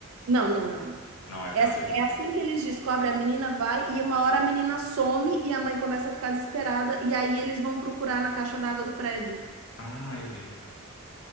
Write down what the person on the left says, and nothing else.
Não é final
feliz,
né?
Ai, horrível.